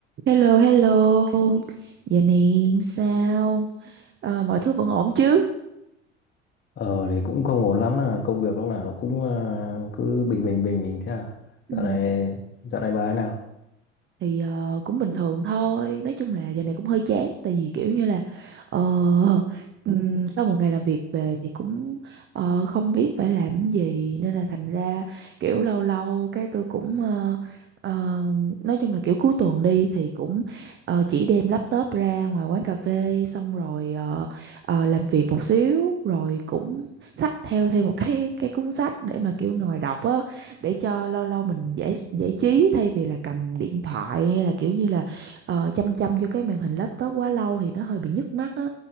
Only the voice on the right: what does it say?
Hello, hello. Giờ này sao? Ờ, mọi thứ vẫn ổn chứ?
Ừ.
thì ờ, cũng bình thường thôi nói chung là giờ này cũng hơi chán tại vì kiểu như là ờ, ừm, sau một ngày làm việc về thì cũng ờ, không biết phải làm cái gì nên là thành ra kiểu lâu lâu cái tôi cũng ờ, ờ, nói chung là kiểu cuối tuần đi thì cũng ờ, chỉ đem laptop ra ngoài quán cà phê xong rồi ờ, ờ, làm việc một xíu rồi cũng xách theo thêm một cái cái cuốn sách để mà kiểu ngồi đọc á để cho lâu lâu mình giải giải trí thay vì là cầm điện thoại hay là kiểu như là ờ, chăm chăm vô cái màn hình laptop quá lâu thì nó hơi bị nhức mắt á